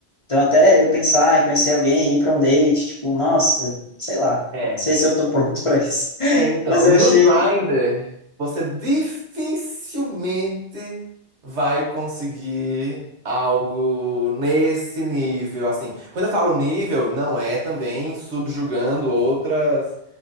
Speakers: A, on the left; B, on the right.
A: Então até eu pensar em conhecer alguém, ir para um date, tipo, nossa, sei lá,
B: É.
A: não sei se eu tô pronto <laughs> para isso.
B: É, então,
A: Mas eu
B: no
A: achei,
B: Grindr, você dificilmente vai conseguir algo nesse nível, assim. Quando eu falo nível, não é também subjugando outras